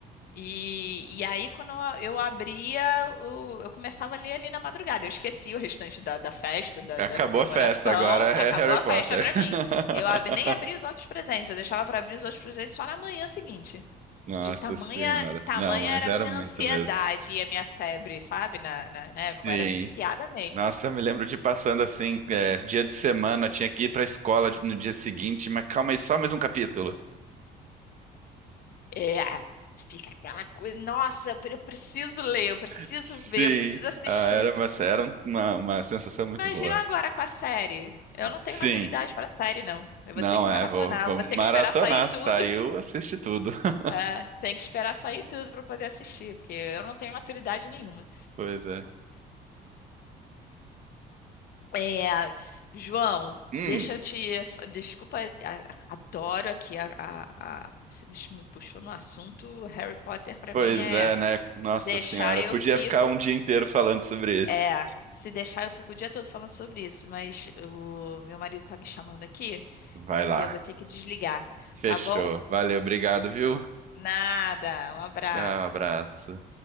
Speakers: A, on the left; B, on the right.
A: E, e aí, quando eu abria, o- eu começava a ler ali na madrugada. Eu esqueci o restante da, da festa, da,
B: Acabou
A: da comemoração.
B: a festa, agora é
A: Acabou
B: Harry
A: a
B: Potter.
A: festa pra mim.
B: <laughs>
A: Eu ab- nem abri os outros presentes, eu deixava pra abrir os outros presentes só na manhã seguinte.
B: Nossa
A: De tamanha,
B: senhora.
A: tamanha
B: Não, mas
A: era
B: era
A: a minha
B: muito
A: ansiedade
B: mesmo.
A: e a minha febre, sabe? Na, na, na época,
B: Sim.
A: eu era viciada
B: Nossa, eu me lembro de passando assim, é, dia de semana, tinha que ir pra escola no dia seguinte, mas calma aí, só mais um capítulo.
A: É, fica aquela coisa, nossa, eu preciso ler, eu preciso
B: Sim.
A: ver, eu preciso assistir.
B: Ah, era uma, era uma, uma sensação muito
A: Imagina
B: boa.
A: agora com a série. Eu não tenho
B: Sim.
A: maturidade para série, não. Eu vou
B: Não,
A: ter que
B: é,
A: maratonar,
B: vou, vamos
A: vou ter
B: maratonar.
A: que esperar sair tudo.
B: Saiu, assiste tudo. <laughs>
A: É, tem que esperar sair tudo para poder assistir, porque eu não tenho maturidade nenhuma.
B: Pois é.
A: É, João,
B: Hum,
A: deixa eu te. fa- Desculpa, a- a- adoro aqui a, a- a- Você me ch- me puxou no assunto. Harry Potter, para
B: pois
A: mim, é.
B: é, né? Nossa
A: Deixar
B: senhora.
A: eu
B: Podia
A: fico.
B: ficar um dia inteiro falando sobre isso.
A: É, se deixar eu fico o dia todo falando sobre isso, mas o meu marido tá me chamando aqui
B: Vai
A: e
B: lá.
A: eu vou ter que desligar,
B: Fechou.
A: tá bom?
B: Valeu, obrigado, viu?
A: Nada, um abraço.
B: Tchau, abraço.